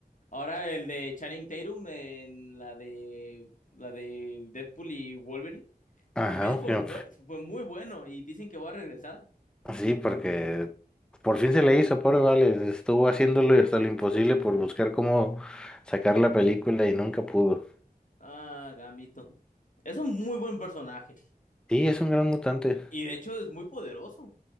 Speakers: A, on the left; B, in the centre.
A: Ahora el de Channing Tatum en la de la de Deadpool y Wolverine.
B: Ajá,
A: También fue
B: que-
A: un buen, fue muy bueno y dicen que va a regresar.
B: sí, porque por fin se le hizo, pobre Vale, estuvo haciéndolo y hasta lo imposible por buscar cómo sacar la película y nunca pudo.
A: Ah, Gambito. Es un muy buen personaje
B: Sí, es un gran mutante.
A: y de hecho es muy poderoso.